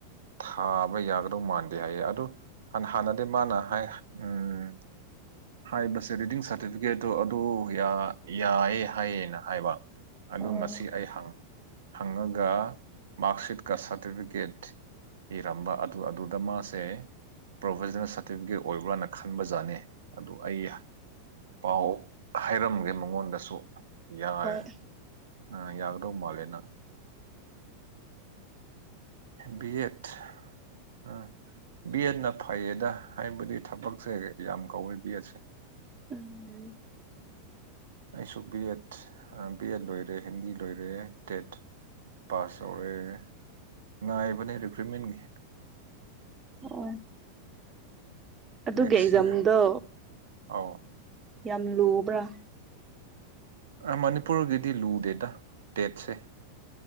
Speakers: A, on the right; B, on the right.
A: ꯊꯥꯕ ꯌꯥꯒꯗꯧ ꯃꯥꯟꯗꯦ ꯍꯥꯏꯌꯦ ꯑꯗꯨ ꯍꯥꯟ ꯍꯥꯟꯅꯗꯤ ꯃꯥꯅ ꯍꯥꯏ ꯎꯝ ꯍꯥꯏꯕꯁꯦ ꯔꯤꯗꯤꯡ ꯁꯥꯔꯇꯤꯐꯤꯀꯦꯠꯇꯣ ꯑꯗꯨ ꯌꯥ ꯌꯥꯏꯌꯦ ꯍꯥꯏꯌꯦꯅ ꯍꯥꯏꯕ ꯑꯗꯨ
B: ꯑꯣ
A: ꯉꯁꯤ ꯑꯩ ꯍꯪ ꯍꯪꯉꯒ ꯃꯥꯔꯛꯁꯤꯠꯀ ꯁꯥꯔꯇꯤꯐꯤꯀꯦꯠ ꯄꯤꯔꯝꯕ ꯑꯗꯨ ꯑꯗꯨꯗ ꯃꯥꯁꯦ ꯄ꯭ꯔꯣꯕꯖꯅꯦꯜ ꯁꯥꯔꯇꯤꯐꯤꯀꯦꯠ ꯑꯣꯏꯕ꯭ꯔꯥꯅ ꯈꯟꯕꯖꯥꯠꯅꯤ ꯑꯗꯨ ꯑꯩ ꯄꯥꯎ ꯍꯥꯏꯔꯝꯒꯦ ꯃꯉꯣꯟꯗꯁꯨ ꯌꯥꯢ
B: ꯍꯣꯏ
A: ꯑꯥ ꯌꯥꯒꯗꯧ ꯃꯥꯜꯂꯦꯅ ꯕꯤ ꯑꯦꯠ ꯑ ꯕꯤ ꯑꯦꯠꯅ ꯐꯩꯌꯦꯗ ꯍꯥꯏꯕꯗꯤ ꯊꯕꯛꯁꯦ ꯌꯥꯝ ꯀꯧꯋꯦꯕꯤꯑꯦꯠꯁꯦ
B: ꯎꯝ
A: ꯑꯩꯁꯨ ꯕꯤ ꯑꯦꯠ ꯑ ꯕꯤ ꯑꯦꯠ ꯂꯣꯏꯔꯦ ꯍꯤꯟꯗꯤ ꯂꯣꯏꯔꯦ ꯇꯦꯠ ꯄꯥꯁ ꯇꯧꯔꯦ ꯉꯥꯏꯕꯅꯦ ꯔꯤꯀ꯭ꯔꯨꯏꯠꯃꯦꯟꯒꯤ
B: ꯑꯣ ꯑꯗꯨꯒꯤ
A: ꯅꯦꯛꯁ
B: ꯑꯦꯛꯖꯥꯝꯗꯣ
A: ꯌꯔ ꯑꯥꯎ
B: ꯌꯥꯝ ꯂꯨꯕ꯭ꯔꯥ
A: ꯑ ꯃꯅꯤꯄꯨꯔꯒꯤꯗꯤ ꯂꯨꯗꯦꯗ ꯇꯦꯠꯁꯦ